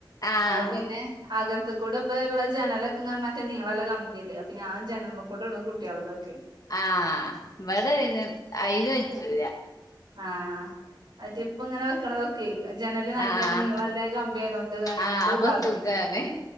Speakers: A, on the left; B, on the right.
A: ആഹ്
B: അത് പിന്നെ- അകത്ത് കൂടെ ഇപ്പ ഉള്ളെ ജനലൊക്കെ അങ്ങനെ മറ്റേ നീളല്ല കമ്പിയല്ലേ അപ്പ ഞാൻ ജനൽമേ ക്കൂടിടും കുട്ടിയോൾടെ ഒക്കെയേ
A: ആഹ് ഇവടെ അയ്ന് അയ്ന് പറ്റൂല
B: ആഹ് മറ്റേ ഇപ്പ അങ്ങനെ വെക്കണതൊ ഒക്കേ ജനല് നല്ല
A: ആഹ്
B: നീളയുള്ള കമ്പിയതോണ്ട് അത്
A: ആഹ്
B: കൊണ്ട്
A: അപ്പൊ
B: ഭാഗ്യം
A: സുഖാണ്